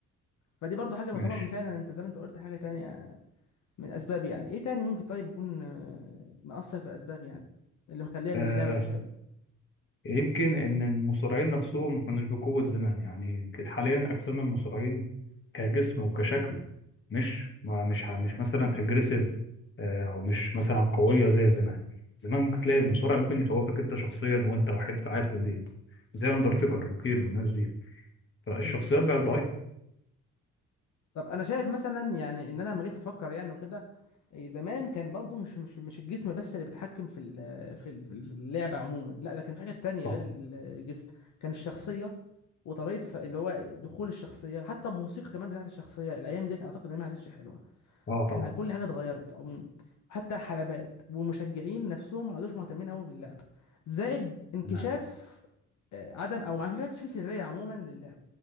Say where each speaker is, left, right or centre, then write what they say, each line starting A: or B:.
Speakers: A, on the left (about 70°); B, on the left (about 40°).
A: فدي برضو حاجه تعتبر
B: ماشي
A: من فعلا انت زي ما انت قلت حاجه تانية من اسباب يعني ايه تاني ممكن طيب يكون آه، مأثر في الاسباب يعني اللي مخليه اللعبه
B: آه،
A: مش حلوه
B: يمكن ان المصارعين نفسهم ما كانوش بقوه زمان يعني حاليا اجسام المصارعين كجسم وكشكل مش ما- مش ه- مش مثلا اجريسيف او مش مثلا قويه زي زمان زمان ممكن تلاقي المصارع ممكن يخوفك انت شخصيا وانت واحد قاعد في البيت زي اندرتيكر وكين والناس دي فالشخصيات
A: مم.
B: بقت ضعيفه
A: طب انا شايف مثلا يعني ان انا لما جيت افكر يعني وكده إيه، زمان كان برضو مش مش مش الجسم بس اللي بيتحكم في ال- في ال- في ال- في اللعبه عموما لا ده كان في حاجات تانية
B: صح
A: غير ال- الجسم كان الشخصيه وطريقه ف... اللي هو إيه، دخول الشخصيه حتى الموسيقى كمان بتاعت الشخصيه الايام ديت اعتقد انها ما عادتش حلوه
B: اه
A: احنا
B: طبعا
A: كل حاجه اتغيرت عموما وحتى الحلبات والمشجعين نفسهم ما عادوش مهتمين قوي باللعبه زائد انكشاف
B: تمام
A: آه، عدم او ما كانش في سريه عموما للعب